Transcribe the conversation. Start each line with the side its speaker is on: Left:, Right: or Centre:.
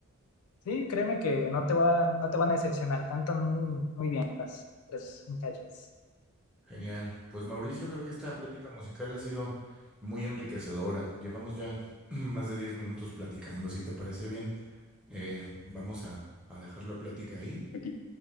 Left: Sí, créeme que no te va, no te van a decepcionar, cantan muy, muy bien las tres muchachas.
Centre: Genial. Pues Mauricio, creo que esta plática musical ha sido muy enriquecedora. Llevamos ya <clears throat> más de 10 minutos platicando, si te parece bien. eh, vamos a, a dejar la plática ahí
Left: ok.